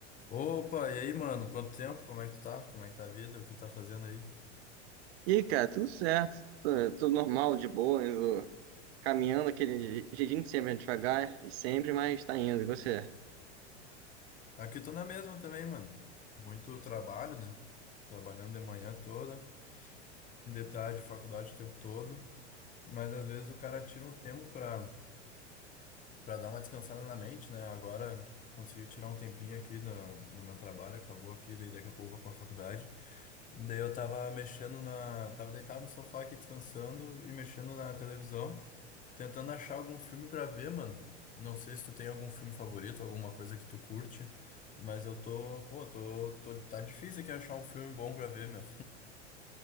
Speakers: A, on the left (about 25°); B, on the right (about 60°).
A: Opa, e aí, mano? Quanto tempo? Como é que tu tá? Como é que tá a vida? O que tá fazendo aí?
B: E aí, cara, tudo certo, tu- tudo normal, de boa, indo, caminhando aquele jeitinho que sempre é devagar e sempre, mas tá indo, e você?
A: Aqui eu tô na mesma também, mano. Muito trabalho, né? Trabalhando de manhã toda, de tarde, faculdade o tempo todo. Mas às vezes o cara tira um tempo pra, pra dar uma descansada na mente, né? Agora consegui tirar um tempinho aqui no, no meu trabalho, acabou aqui, daí daqui a pouco eu vou pra faculdade. Daí eu tava mexendo na. Tava deitado no sofá aqui descansando e mexendo na televisão. Tentando achar algum filme pra ver, mano. Não sei se tu tem algum filme favorito, alguma coisa que tu curte, mas eu tô, pô, tô, tô, tá difícil aqui achar um filme bom pra ver, meu.